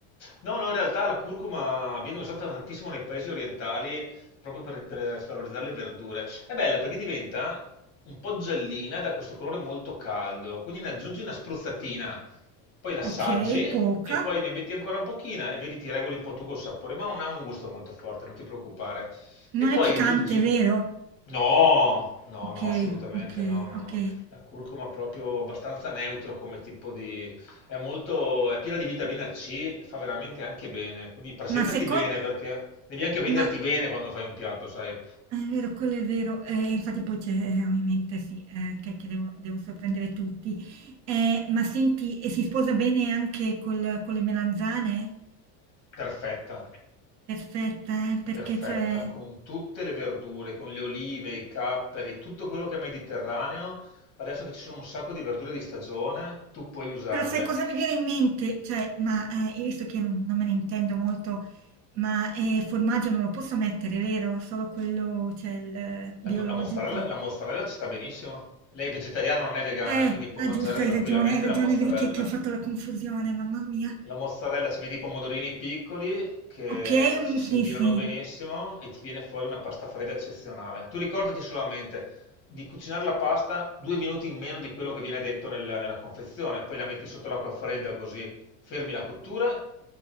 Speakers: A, on the left; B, on the right.
A: No, no, in realtà la curcuma viene usata tantissimo nei paesi orientali proprio per, per valorizzare le verdure. È bella perché diventa un po' giallina da questo colore molto caldo, quindi ne aggiungi una spruzzatina, poi l'assaggi
B: Ok, poca.
A: e poi ne metti ancora un pochino e vedi ti regoli un po' tu col sapore, ma non ha un gusto molto forte, non ti preoccupare.
B: Non
A: E poi
B: è piccante,
A: aggiungi...
B: vero?
A: No, no,
B: Ok,
A: no, assolutamente
B: ok,
A: no, no,
B: ok.
A: no. La curcuma è proprio abbastanza neutro come tipo di è molto, è piena di vitamina C e fa veramente anche bene. Quindi presentati
B: Ma secondo...
A: bene perché devi anche venderti
B: Ma
A: bene quando fai un piatto, sai?
B: Ah, È vero, quello è vero, eh, infatti poi c'è eh, ovviamente sì, eh, che, che devo, devo sorprendere tutti. Eh, ma senti, e si sposa bene anche col- con le melanzane?
A: Perfetta,
B: Perfetta, eh, perché
A: perfetta,
B: cioè...
A: con tutte le verdure, con le olive, i capperi, tutto quello che è mediterraneo. Adesso che ci sono un sacco di verdure di stagione, tu puoi usarle.
B: Però sai cosa mi viene in mente? Cioè, ma eh, io visto che non, non me ne intendo molto, ma eh, formaggio non lo posso mettere, vero? Solo quello, cioè il eh,
A: La,
B: biologico.
A: la mozzarella, la mozzarella ci sta benissimo. Lei è vegetariana, non è vegana,
B: Eh,
A: quindi può
B: ah,
A: mangiare
B: giusto,
A: tranquillamente
B: hai ragione, hai ragione,
A: la mozzarella.
B: vedi che, che ho fatto la confusione, mamma mia.
A: La mozzarella ci metti i pomodorini piccoli che
B: Ok, mm,
A: ci
B: sì,
A: si abbinano
B: sì.
A: benissimo e ti viene fuori una pasta fredda eccezionale. Tu ricordati solamente di cucinare la pasta due minuti in meno di quello che viene detto nel- nella confezione, poi la metti sotto l'acqua fredda così fermi la cottura